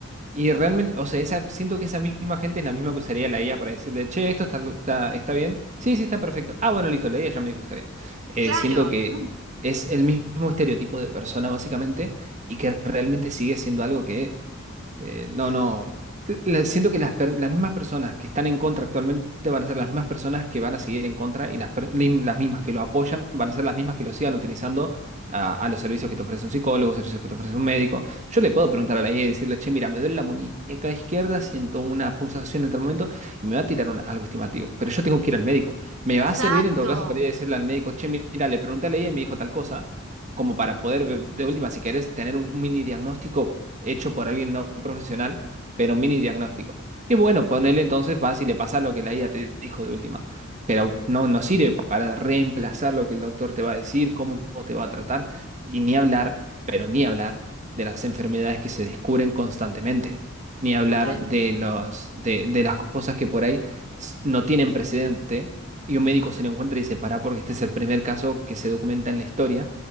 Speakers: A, on the right (about 35°); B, on the right (about 80°).
A: Y realmente, o sea, esa, siento que esa misma gente es la misma que usaría la IA para decirle, che, esto está, algo- está, está bien. Sí, sí, está perfecto. Ah, bueno, listo, la IA ya me dijo que está bien. Eh,
B: Claro,
A: siento que
B: mm,
A: es el mismo estereotipo de persona, básicamente, y que realmente sigue siendo algo que eh, no, no. la- Siento que las, per- las mismas personas que están en contra actualmente van a ser las mismas personas que van a seguir en contra y las, per- lim- las mismas que lo apoyan van a ser las mismas que lo sigan utilizando a, a los servicios que te ofrece un psicólogo, servicios que te ofrece un médico. Yo le puedo preguntar a la IA y decirle, che, mira, me duele la muñeca izquierda, siento una punzación en tal momento y me va a tirar un- algo estimativo. Pero yo tengo que ir al médico. Me va
B: exacto,
A: a servir en todo caso para ir a decirle al médico, che, mira, le pregunté a la IA y me dijo tal cosa como para poder, ve- de última, si querés, tener un, un mini diagnóstico hecho por alguien no profesional, pero un mini diagnóstico. Y bueno, ponele entonces, vas y le pasas lo que la IA te dijo de última. Pero no, no sirve para reemplazar lo que el doctor te va a decir, cómo te va a tratar, y ni hablar, pero ni hablar de las enfermedades que se descubren constantemente. Ni hablar
B: totalmente.
A: de los, de, de las cosas que por ahí s- no tienen precedente y un médico se lo encuentra y dice, pará, porque este es el primer caso que se documenta en la historia